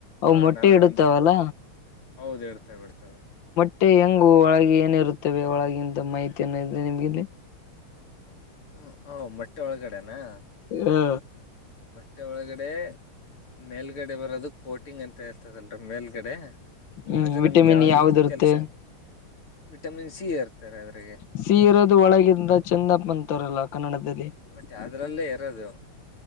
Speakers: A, on the left; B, on the left.
A: ಅ
B: ಹಾ
A: ಮೊಟ್ಟೆ
B: ನಾವೇ
A: ಇಡುತ್ತಾವಲ್ಲ
B: ಅಂದ್ರ ಹೌದ್ ಇಡ್ತವೆ ಬಿಡ್ತೇವೆ
A: ಅಷ್ಟೆ ಹೆಂಗು ಒಳಗೆ ಏನಿ ಇರುತ್ತವೆ ಒಳಗಂತ ಮಾಹಿತಿಯನ್ನ ಇದೆ ನಿಮ್ಗೆಲ್ಲಿ
B: ಹ್ಮ ಹ ಮೊಟ್ಟೆ ಒಳಗಡೆನಾ
A: ಹಾ
B: ಮತ್ತೆ ಒಳಗಡೆ ಮೇಲ್ಗಡೆ ಬರೋದು ಕೋಟಿಂಗ್ ಅಂತ ಹೇರ್ತದಲ್ರಿೀ ಮೇಲ್ಗಡೆ
A: ಹ್ಮ್
B: ಅದು ನಮ್ಗೆ
A: ವಿಟಮಿನ್
B: ಯಾವ್ದಕ್ಕ
A: ಯಾವ್ದಿರುತ್ತೆ
B: ಕೆಲ್ಸ ವಿಟಮಿನ್ ಸಿ ಇರ್ತಾರೆ ಅದ್ರಗೆ
A: ಸೀ ಇರೋದು ಒಳಗಿಂದ ಚಂದಪ್ಪ ಅಂತಾರಲ್ಲ ಕನ್ನಡದಲ್ಲಿ
B: ಮತ್ತೆ ಅದ್ರಲ್ಲೇ ಇರೋದು